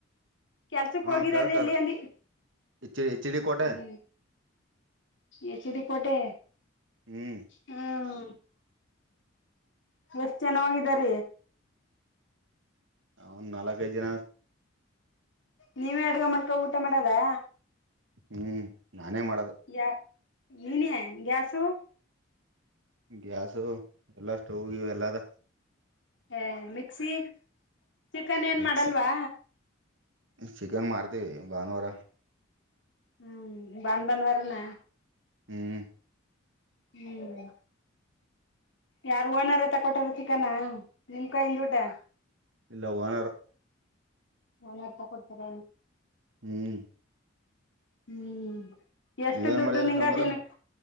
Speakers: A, on the left; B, on the right.
A: ಕೆಲ್ಸಕ್
B: ಹಾ
A: ಹೋಗಿರದ
B: ಕೇಳತದ
A: ಎಲ್ಲಿ ಒಂದು
B: ಎಚ್ ಎಚ್ ಡಿ ಕೋಟೆ
A: ಹ್ಮ ಎಚ್ಚಿರಿ ಕೋಟೆ
B: ಹ್ಮ್
A: ಹ್ಮ್ ಎಷ್ಟ ಚೆನಾಗಿದಾರ
B: ಅವ್ ನಾಲ್ಕೈಐದು ಜನ
A: ನೀವೇ ಅಡ್ಗ ಮಾಡ್ಕೋ ಊಟ ಮಾಡದಾ
B: ಹ್ಮ್ ನಾನೇ ಮಾಡದು
A: ಗ ನೀನ್ಯ ಗ್ಯಾಸು
B: ಗ್ಯಾಾಸು ಎಲ್ಲಾ ಸ್ಟೌವ್ ಇ ಎಲ್ಲದ
A: ಹ ಮಿಕ್ಸಿ ಚಿಕನ್ ಏನ್
B: ಮಿಕ್ಸಿ
A: ಮಾಡಲ್ವಾ
B: ಚಿಕನ್ ಮ್ತೀವಿ ಭಾನುವಾರ
A: ಹ್ಮ್ ಬಾನ ಬನ್ ವಾರನ
B: ಹ್ಮ್
A: ಹ್ಮ್ ಯಾರು ಓನರ್ತ್ತ ಕೊಟಾರ ಚಿಕಾನ ನಿಮ್ ಕಾಯಿಂದ ದುಡ್ಡಾ
B: ಇಲ್ಲ ಓನರ್
A: ನ ತ ಕೊಡ್ತಾರ
B: ಹ್ಮ್
A: ಹ್ಮ್ ಎಷ್ಟು
B: ನೀವೇನ್
A: ದುಡ್ಡು
B: ಮಾಡಿದ್ರ
A: ನಿಂಗ
B: ಸಾಂಬಾರ
A: ಅದಿನ